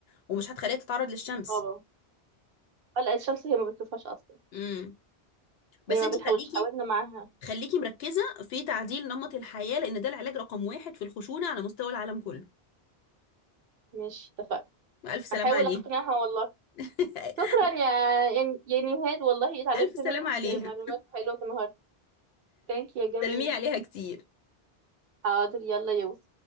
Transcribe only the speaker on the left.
ومش هتخليها تتعرض للشمس
امم بس
انت
خليكي
خليكي مركزه في تعديل نمط الحياه لان ده العلاج رقم واحد في الخشونه على مستوى العالم كله
الف سلامه
عليه
<laughs>
الف سلامه
عليها
سلمي عليها كتير